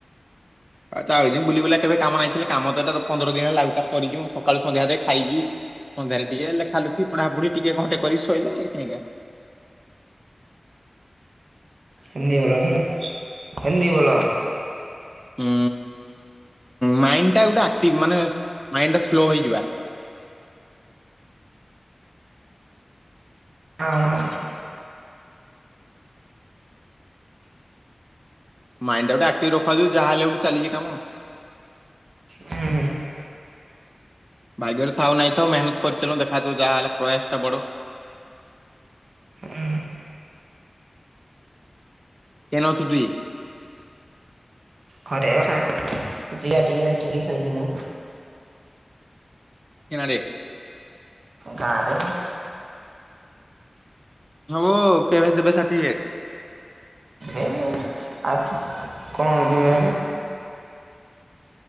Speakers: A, in the centre; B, on the right (about 85°).
A: ଆଉ ତା ବୁଲି ବୁଲା କେବେ କାମ ନାଇଥିଲେ କାମ ତଟା ପନ୍ଦର ଦିନ ହେଲା ଲାଉ ଟା କରିଛୁ ସକାଳୁ ସନ୍ଧ୍ୟା ଯା ଖାଇକି ପନ୍ଦାରି ଟିକେ ଲେଖା ଲୁଖି ପଢାପଢି ଟିକେ ଘଣ୍ଟେ କରି ଶୋଇଲେ ଆ କାହିଁକା।
B: ହିନ୍ଦୀ ବୋଲୋନି ହିନ୍ଦୀ ବୋଲୋ।
A: ହୁଁ ମାଇଣ୍ଡ ଟା ଗୋଟେ ଆକ୍ଟିଭ ମାନେ ମାଇଣ୍ଡ ଟା ସ୍ଲୋ ହେଇଯିବା।
B: ହଁ ବା।
A: ମାଇଣ୍ଡ ଟା ଗୋଟେ ଆକ୍ଟିଭ ରଖାଯାଉ ଯାହାହେଲେ ଗୋଟେ ଚାଲିଛି କାମ।
B: ହୁଁ
A: ଭାଗ୍ୟରେ ଥାଉ ନାହିଁ ତ ମେହନତ କରିଚାଲୁଁ, ଦେଖାଯାଉଁ ଯାହାହେଲେ ପ୍ରୟାସ ଟା ବଡ।
B: ହୁଁ
A: କେନ ଅଛୁ ତୁଇ?
B: ଘରେ ଅଛ ଜିଆ ଟିକେରେ କିଏ ଖେଳିକି ମୁଁ
A: କେନାରେ
B: ଗାଁରେ
A: ହବ କେବେ ଦେବେ ସାର୍ଟିଫିକେଟ
B: ଏ ଆଉ କଣ ଦିନ ହେଲା